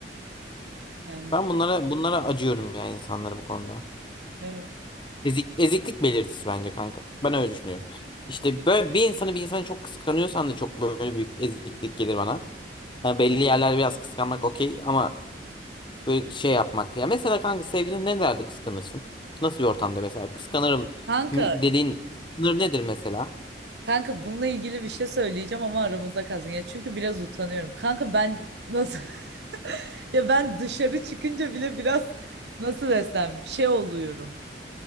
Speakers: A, on the right; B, on the left.
A: Yani
B: Ben bunlara bunlara acıyorum ya insanlara bu konuda.
A: evet.
B: Ezik, eziklik belirtisi bence kanka. Ben öyle düşünüyorum. İşte böyle bir insanı bir insanı çok kıskanıyorsan da çok böyle büyük eziklik gelir bana. Yani belli yerler biraz kıskanmak okey ama böyle şey yapmak. Ya mesela kanka sevgilin ne derdi kıskanırsın? Nasıl bir ortamda mesela kıskanırım
A: Kanka,
B: dediğin sınır nedir mesela?
A: kanka bununla ilgili bir şey söyleyeceğim ama aramızda kalsın. Ya çünkü biraz utanıyorum. Kanka ben nasıl <laughs> ya ben dışarı çıkınca bile biraz nasıl desem şey oluyorum.